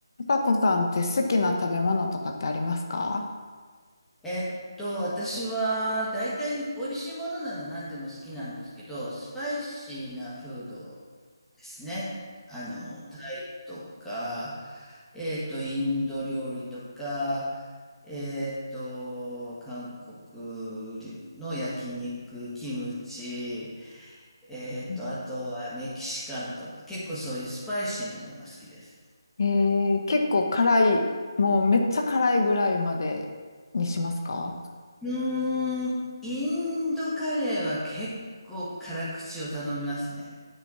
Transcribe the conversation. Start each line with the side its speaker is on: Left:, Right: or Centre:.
Left: パコさんって好きな食べ物とかってありますか
Centre: えっと、私は大体美味しいものなら何でも好きなんですけど、スパイシーなフードですね。あの、タイとか、えっと、インド料理とか、えっと、韓国の焼肉、キムチ、えっと、
Left: うん
Centre: あとはメキシカンとか、結構そういうスパイシーなものが好きです。
Left: えー、結構辛い、もうめっちゃ辛いぐらいまでにしますか
Centre: うーん、インドカレーは結構辛口を頼みますね。